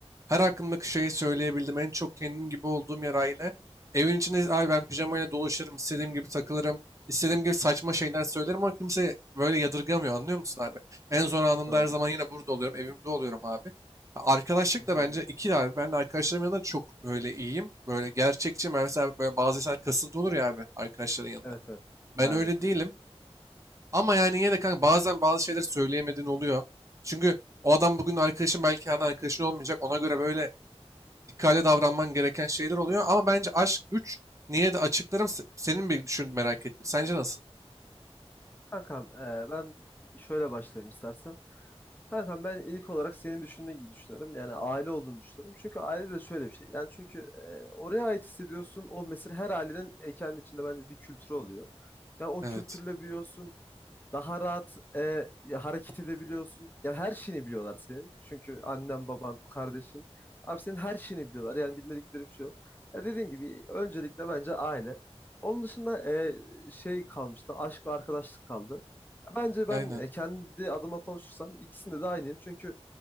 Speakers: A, on the right; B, on the left.
A: her hakkındaki
B: Hı,
A: şeyi söyleyebildim. En çok kendim gibi olduğum yer aile. Evin içinde abi ben pijamayla dolaşırım. istediğim gibi takılırım. istediğim gibi saçma şeyler söylerim ama kimse böyle yadırgamıyor anlıyor musun abi? En zor anımda
B: Doğru.
A: her zaman yine burada oluyorum. Evimde oluyorum abi. Arkadaşlık
B: Hı hı.
A: da bence ikili abi. Ben de arkadaşlarım yanında çok böyle iyiyim. Böyle gerçekçi. Ben mesela böyle bazı insan kasıntı olur ya abi arkadaşların yanında.
B: Evet evet.
A: Ben
B: Aynen.
A: öyle değilim. Ama yani yine de kanka bazen bazı şeyler söyleyemediğin oluyor. Çünkü o adam bugün arkadaşın belki yarın arkadaşın olmayacak. Ona göre böyle dikkatli davranman gereken şeyler oluyor. Ama bence aşk üç niye de açıklarım se- senin bir düşün merak ettim. Sence nasıl?
B: Kankam e, ben şöyle başlayayım istersen. Kankam ben ilk olarak senin düşündüğün gibi düşünüyorum. Yani aile olduğunu düşünüyorum. Çünkü aile de şöyle bir şey. Yani çünkü e, oraya ait hissediyorsun. O mesela her ailenin e, kendi içinde bence bir kültürü oluyor. Ya o
A: Evet.
B: kültürle büyüyorsun. Daha rahat e, hareket edebiliyorsun. Yani her şeyini biliyorlar senin. Çünkü annen, baban, kardeşin. Abi senin her şeyini biliyorlar. Yani bilmedikleri bir şey yok. Ya dediğin gibi öncelikle bence aile. Onun dışında e, şey kalmıştı. Aşk ve arkadaşlık kaldı. Ya bence
A: Aynen.
B: ben e, kendi adıma konuşursam ikisinde de aynıyım. Çünkü